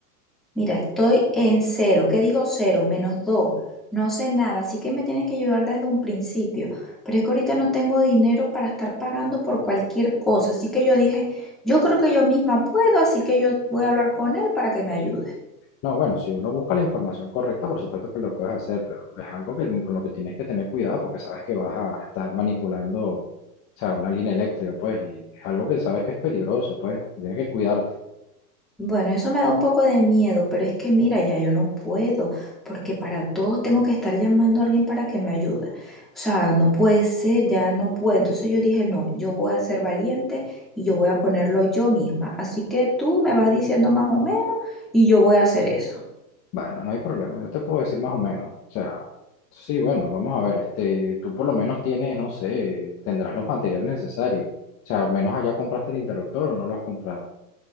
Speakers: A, in the centre; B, on the left (about 25°).
A: Mira, estoy en cero. ¿Qué digo cero? Menos dos. No sé nada, así que me tienes que ayudar desde un principio. Pero es que ahorita no tengo dinero para estar pagando por cualquier cosa, así que yo dije, yo creo que yo misma puedo, así que yo voy a hablar con él para que me ayude.
B: No, bueno, si uno busca la información correcta, por supuesto que lo puedes hacer, pero es algo que, con lo que tienes que tener cuidado porque sabes que vas a estar manipulando, o sea, una línea eléctrica, pues, y es algo que sabes que es peligroso, pues, tienes que cuidarte.
A: Bueno, eso me da un poco de miedo, pero es que mira, ya yo no puedo, porque para todo tengo que estar llamando a alguien para que me ayude. O sea, no puede ser, ya no puedo. Entonces yo dije, no, yo voy a ser valiente y yo voy a ponerlo yo misma. Así que tú me vas diciendo más o menos y yo voy a hacer eso.
B: Bueno, no hay problema, yo te puedo decir más o menos. O sea, sí, bueno, vamos a ver, este, tú por lo menos tienes, no sé, tendrás los materiales necesarios. O sea, al menos allá compraste el interruptor o no lo has comprado.